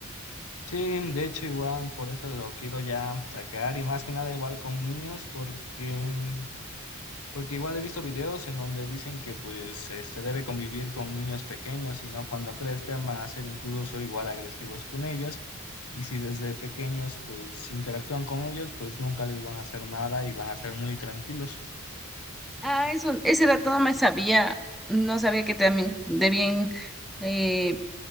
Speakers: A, on the left (about 85°); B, in the centre.
A: Sí, de hecho igual por eso lo quiero ya sacar y más que nada igual con niños porque Porque igual he visto videos en donde dicen que pues este debe convivir con niños pequeños y no cuando crezcan van a ser incluso igual agresivos con ellas. Y si desde pequeños pues interactúan con ellos, pues nunca les van a hacer nada y van a ser muy tranquilos.
B: Ah, eso ese dato no me sabía no sabía que también debían eh,